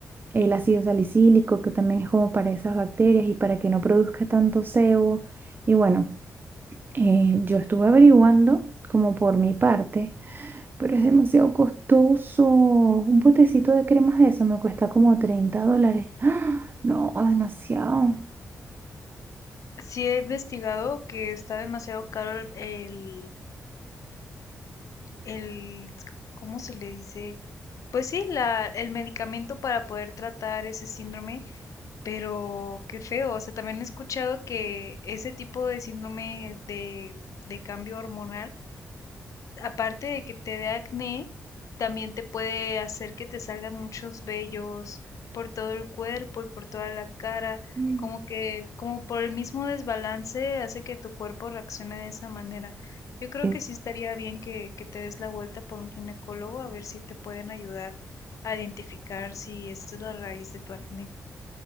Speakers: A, on the right; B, on the left.
A: el ácido salicílico, que también es como para esas bacterias y para que no produzca tanto sebo. Y bueno, eh, yo estuve averiguando como por mi parte, pero es demasiado costoso. Un potecito de cremas de eso me cuesta como 30 dólares. ¡Ah! No, demasiado.
B: Sí he investigado que está demasiado caro el, el, el- ¿cómo se le dice? Pues sí, la, el medicamento para poder tratar ese síndrome, pero qué feo. O sea, también he escuchado que ese tipo de síndrome de, de cambio hormonal aparte de que te dé acné, también te puede hacer que te salgan muchos vellos por todo el cuerpo y por toda la cara,
A: Mm.
B: como que, como por el mismo desbalance hace que tu cuerpo reaccione de esa manera. Yo creo
A: Es-
B: que sí estaría bien que, que te des la vuelta por un ginecólogo a ver si te pueden ayudar a identificar si esta es la raíz de tu acné.